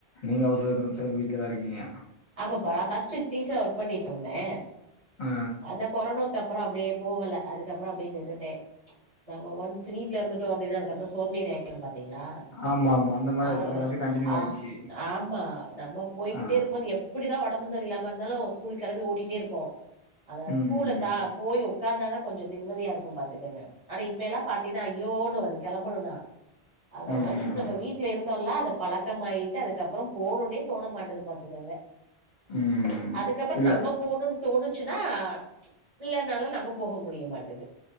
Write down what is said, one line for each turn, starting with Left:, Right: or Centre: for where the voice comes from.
Left: நீங்க ஹவுஸ் வைஃப் தான சிஸ்ஸர் வீட்லதா இருக்கீங்க
Right: ஆமாப்பா நா ஃபஸ்ட்டு டீச்சரா ஒர்க் பண்ணிட்ருந்தே
Left: ஆ
Right: அந்த கொரோனாக்கப்புற அப்டியே போகல அதுக்கப்பறோ அப்டியே நின்னுட்டே நம்ப ஒன்ஸு வீட்ல இருந்துட்டோ அப்டினா அதுக்கப்பறோ சோபேரி ஆயிரும்பா த்தீங்ளா
Left: ஆமா ஆமா அந்த மாரி
Right: ஆமா
Left: அது அப்டியே கண்டினியூ
Right: அ
Left: ஆயிடுச்சு
Right: ஆமா நம்ம போய்கிட்டே
Left: ஆ
Right: இருக்கும்போது எப்படி டிதா ஒடம்பு செரியில்லாம இருந்தாலு ஸ்கூல் கெளம்பி ஓடிட்டே இருப்போ அத
Left: ம்
Right: ஸ்கூல
Left: ம்
Right: தா போயி உக்காந்தாதா கொஞ்சோ நிம்மதியா இருக்கு பாத்துக்கங்க ஆனா இப்ப எல்லா பாத்தீங்னா ஐயோன்னு வரு கெளம்பணுனா அத
Left: ம்
Right: ஒன்ஸ்
Left: ம்
Right: நம்ம
Left: ம்
Right: வீட்ல இருந்தோன்ல்லா இந்த பழக்கமாயிட்டு அதுக்கப்பறோ போகுனே தோண மாட்டது பாத்துக்கங்க
Left: ம்
Right: அதுக்கப்பறோ
Left: இல்ல
Right: நம்ம போணுன் தோணுச்சுன்னா இல்லனாலு நம்ப போக முடிய மாட்டுது